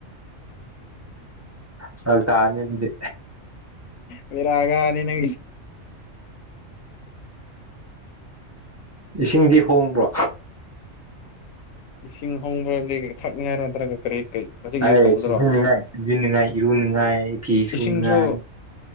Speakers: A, on the right; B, on the left.
A: ꯁ ꯇꯅꯤꯝꯗꯤ
B: ꯐꯔꯒꯅꯤꯅ
A: ꯏꯁꯤꯡꯗꯤ ꯍꯣꯡꯕ꯭ꯔꯣ
B: ꯏꯁꯤꯡ ꯍꯣꯡꯕ꯭ꯔ ꯍꯥꯏꯕꯗꯤ ꯊꯛꯅꯤꯡꯉꯥꯏꯔꯣ ꯅꯠꯇ꯭ꯔꯒ ꯀꯔꯤ ꯀꯔꯤ ꯍꯧꯖꯤꯛ
A: ꯑꯩ
B: ꯌꯨꯁ ꯇꯧꯕꯗꯨꯔꯣ
A: ꯁꯤꯖꯤꯟꯅꯉꯥꯏ ꯁꯤꯖꯤꯟꯅꯅꯨꯡꯉꯥꯏ ꯏꯔꯨ ꯅꯨꯡꯉꯥꯏ ꯐꯤꯁꯨ
B: ꯏꯁꯤꯡꯁꯨ
A: ꯅꯨꯡꯉꯥꯏ